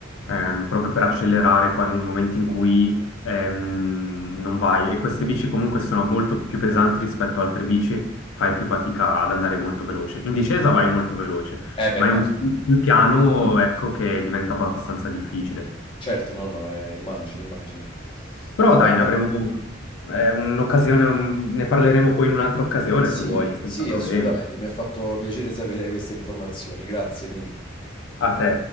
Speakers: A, on the left (about 75°); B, on the left (about 25°).
A: ehm, proprio per accelerare quando, nei momenti in cui ehm, non vai. E queste bici comunque sono molto più pesanti rispetto a altre bici, fai più fatica ad andare molto veloce. In discesa vai molto veloce
B: eh beh,
A: ma
B: immagino.
A: in- sul piano ecco che diventa abbastanza difficile.
B: Certo, no, no, eh, immagino, immagino.
A: Però
B: Vabbè,
A: dai,
B: guarda,
A: ne avremo eh, un'occasione, un- ne parleremo poi in un'altra occasione
B: sì,
A: se vuoi, senza
B: sì,
A: problemi.
B: assolutamente, mi ha fatto piacere sapere queste informazioni, grazie mille.
A: A te.